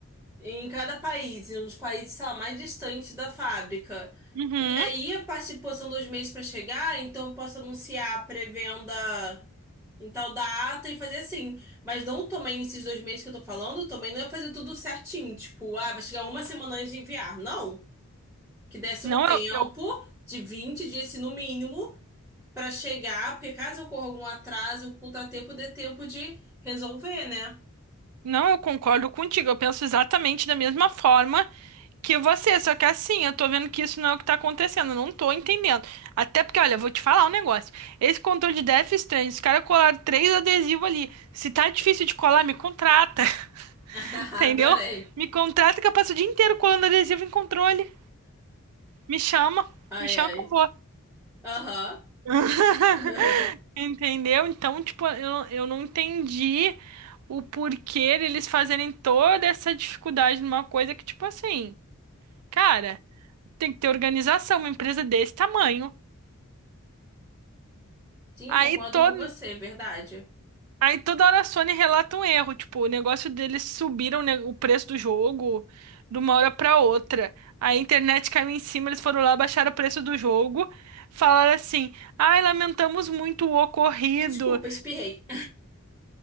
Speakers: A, in the centre; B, on the right (about 80°).
A: em cada país, em um dos países, sei lá, mais distantes da fábrica.
B: Uhum.
A: E aí, a participação são dois meses para chegar, então eu posso anunciar a pré-venda em tal data e fazer assim. Mas não também esses dois meses que eu tô falando, também não é fazer tudo certinho. Tipo, ah, vai chegar uma semana antes de enviar. Não. Que desse
B: Não,
A: um tempo
B: eu, eu-
A: de 20 dias, se no mínimo, para chegar, porque caso ocorra algum atraso, o contratempo dê tempo de resolver, né?
B: não, eu concordo contigo. Eu penso exatamente da mesma forma que você, só que assim, eu tô vendo que isso não é o que tá acontecendo, eu não tô entendendo. Até porque, olha, eu vou te falar um negócio. Esse controle de Death Stranding, os caras colaram três adesivos ali. Se tá difícil de colar, me contrata, <laughs>
A: <laughs>
B: entendeu?
A: Adorei.
B: Me contrata que eu passo o dia inteiro colando adesivo em controle. Me chama,
A: Ai,
B: me chama
A: ai.
B: que eu vou.
A: Aham.
B: <laughs>
A: <laughs>
B: Entendeu? Então, tipo, eu, eu não entendi o porquê eles fazerem toda essa dificuldade numa coisa que, tipo assim, cara. Tem que ter organização, uma empresa desse tamanho.
A: Sim,
B: Aí,
A: concordo
B: to...
A: com você, é verdade.
B: Aí toda hora a Sony relata um erro, tipo, o negócio deles subiram né, o preço do jogo de uma hora pra outra. Aí a internet caiu em cima, eles foram lá, baixaram o preço do jogo, falaram assim: ai, lamentamos muito o ocorrido.
A: Desculpa, espirrei.